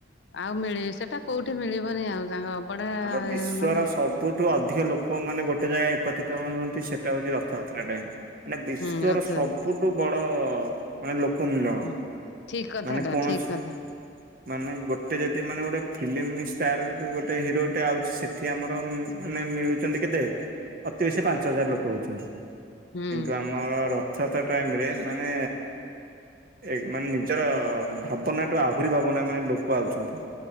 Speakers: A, on the left; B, on the right.
A: ଆଉ ମିଳିବ ସେଟା କୋଉଠି ମିଳିବନି ଆଉ ତାଙ୍କ ଅବଢା
B: ଆବ ବିଶ୍ଵର
A: ମାନେ
B: ସବୁଠୁ ଅଧିକ ଲୋକ ମାନେ ଗୋ ଟେ ଯାଏ ଏକତିତ ହୁଅନ୍ତି ସେଟା ହଉଛି ରଥଯାତ୍ରା ଟାଇ ମାନେ ବିଶ୍ଵର
A: ହୁଁ ରଥଯାତ୍ରା
B: ସବୁଠୁ ବଡ ଓ ଆ ଲୋକ ମିଲଣ
A: ହୁଁ ଠିକ କଥାଟା
B: ମାନେ କୌଣସି
A: ଠିକ କଥା
B: ମାନେ ଗୋଟେ ଯଦି ମାନେ ଗୋଟେ ଫିଲ୍ମ ଷ୍ଟାର ବି ଗୋ ଟେ ହିରୋଟେ ଆଉଛି ସେଠି ଆମର ଉମଁ ମାନେ ମିଳୁଛନ୍ତି କେତେ? ଅତି ବେଶୀ ପାଞ୍ଚ ହଜାର ଲୋକ ହଉଛନ୍ତି
A: ହୁଁ
B: କିନ୍ତୁ ଆମର ର ଥତା ଟାଇମ୍ରେ ମାନେ ଏ ମାନେ ନିଜର ଭାବନାଠୁ ଆହୁରି ଭାବନା ମାନେ ଲୋକ ଆଉଛନ୍ତି।